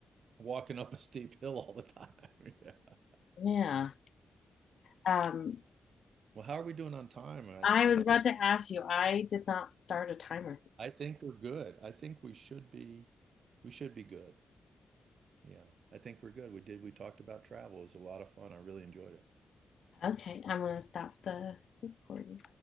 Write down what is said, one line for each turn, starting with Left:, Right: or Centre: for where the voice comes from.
Right: walking up a steep hill all the time. <laughs> Yeah.
Left: Yeah. Um,
Right: Well, how are we doing on time? I,
Left: I
Right: I
Left: was
Right: don't,
Left: about to ask you. I did not start a timer.
Right: I think we're good. I think we should be, we should be good. Yeah. I think we're good. We did. We talked about travel. It was a lot of fun. I really enjoyed it.
Left: Okay, I'm gonna stop the recording.